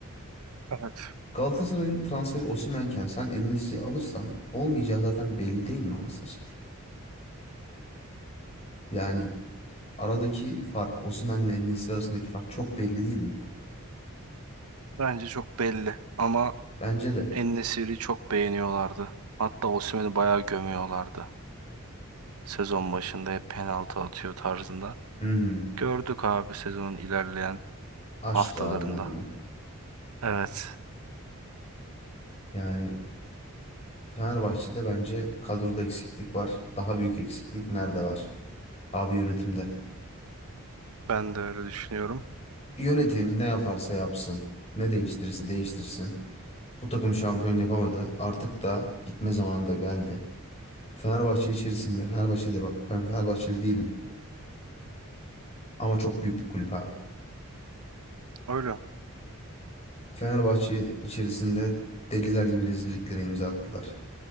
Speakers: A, on the right (about 80°); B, on the left (about 30°).
A: Evet.
B: Galatasaray'ın transferi Osimhen'ken sen En-Nesyri'yi alırsan olmayacağı zaten belli değil mi anasını satayım? Yani aradaki fark Osimhen'le En-Nesyri arasındaki fark çok belli değil mi?
A: Bence çok belli ama
B: Bence de.
A: En-Nesyri çok beğeniyorlardı. Hatta Osimhen'i bayağı gömüyorlardı. Sezon başında hep penaltı atıyor tarzında.
B: Hı hı.
A: Gördük abi sezonun ilerleyen
B: Açtı
A: haftalarında.
B: abi modunu.
A: Evet,
B: Yani Fenerbahçe'de bence kadroda eksiklik var. Daha büyük eksiklik nerede var? Abi yönetimde.
A: ben de öyle düşünüyorum.
B: Yönetim ne yaparsa yapsın. Ne değiştirirse değiştirsin. Bu takım şampiyon yapamadı. Artık da gitme zamanı da geldi. Fenerbahçe içerisinde, Fenerbahçe'de bak ben Fenerbahçeli değilim. Ama çok büyük bir kulüp abi.
A: Öyle.
B: Fenerbahçe içerisinde deliler gibi rezilliklere imza attılar.